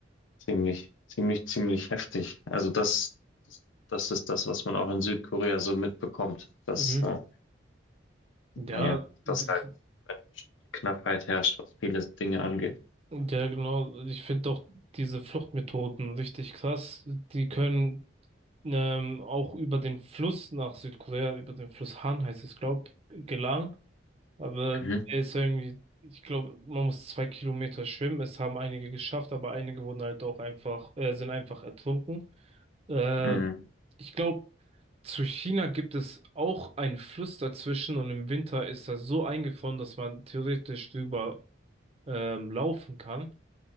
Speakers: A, on the left; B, on the right.
A: Ziemlich, ziemlich, ziemlich heftig. Also das, das, das ist das, was man auch in Südkorea so mitbekommt, dass,
B: mhm.
A: äh,
B: Ja,
A: naja,
B: d-
A: dass halt eine bestimmte Knappheit herrscht, was viele Dinge angeht.
B: ja, genau. Ich finde auch diese Fluchtmethoden richtig krass. Die können ähm, auch über den Fluss nach Südkorea, über den Fluss Han heißt es, glaube ich, gelangen. Aber
A: Mhm.
B: der ist irgendwie, ich glaube, man muss zwei Kilometer schwimmen. Es haben einige geschafft, aber einige wurden halt auch einfach, äh, sind einfach ertrunken. Äh,
A: Mhm.
B: ich glaube, zu China gibt es auch einen Fluss dazwischen und im Winter ist er so eingefroren, dass man theoretisch drüber ähm, laufen kann.